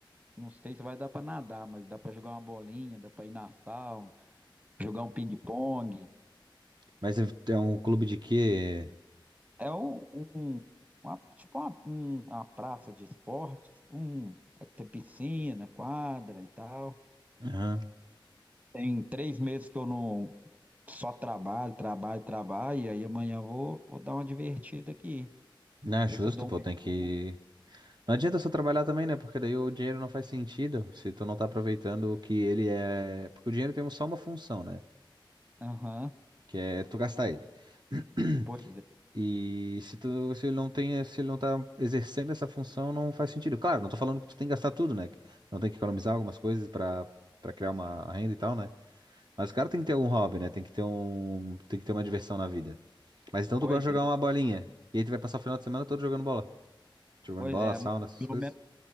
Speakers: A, on the right; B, on the right.
A: não sei se vai dar pra nadar, mas dá pra jogar uma bolinha, dá pra ir na sauna, jogar um ping-pong.
B: Mas é é um clube de quê?
A: É um, um- uma, tipo uma, um- uma praça de esportes, um, aí tem piscina, quadra e tal.
B: Aham.
A: Tem três meses que eu não só trabalho, trabalho, trabalho, e aí amanhã eu vou, vou dar uma divertida aqui,
B: Não é justo,
A: ver se eu dou
B: pô,
A: um mergulho.
B: tem que... Não adianta só trabalhar também, né? Porque daí o dinheiro não faz sentido se tu não tá aproveitando o que ele é... Porque o dinheiro tem só uma função, né?
A: Aham,
B: Que é tu gastar ele. <clears throat>
A: pois é,
B: E se tu, se ele não tem, se ele não tá exercendo essa função, não faz sentido. Claro, não tô falando que tu tem que gastar tudo, né? Não tem que economizar algumas coisas pra para criar uma renda e tal, né? Mas o cara tem que ter algum hobby, né? Tem que ter um, tem que ter uma diversão na vida. Mas então
A: pois
B: tu gosta de jogar
A: é,
B: uma bolinha. E aí tu vai passar o final de semana todo jogando bola. Jogando
A: pois
B: bola,
A: é,
B: sauna, essas
A: pelo
B: coisas.
A: menos,